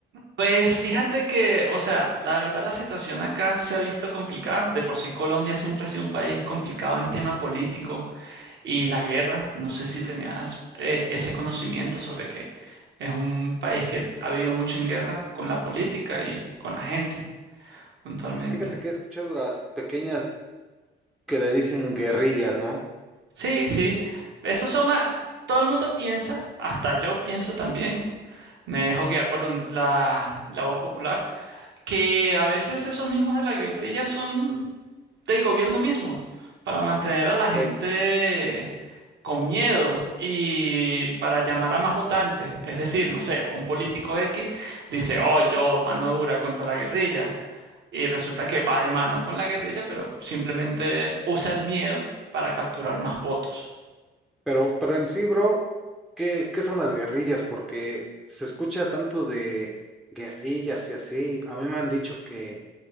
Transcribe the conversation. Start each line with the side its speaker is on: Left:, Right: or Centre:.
Right: Pues fíjate que, o sea, la verdad la situación acá se ha visto complicada. De por sí Colombia siempre ha sido un país complicado en tema político y la guerra. No sé si tenías eh, ese conocimiento sobre que es un país que ha vivido mucho en guerra con la política y con la gente, puntualmente.
Centre: Fíjate que he escuchado las pequeñas que le dicen guerrillas, ¿no?
Right: Sí, sí, esos son más... Todo el mundo piensa, hasta yo pienso también, Me dejo guiar por la, la la voz popular, que a veces esos mismos de la guerrilla son del gobierno mismo, para mantener a la gente
Centre: Eh,
Right: con miedo y para llamar a más votantes. Es decir, no sé, un político X dice, oh, yo mano dura contra la guerrilla, y resulta que va de mano con la guerrilla, pero simplemente usa el miedo para capturar más votos.
Centre: Pero, pero en sí, bro, ¿qué, qué son las guerrillas? Porque se escucha tanto de guerrillas y así. A mí me han dicho que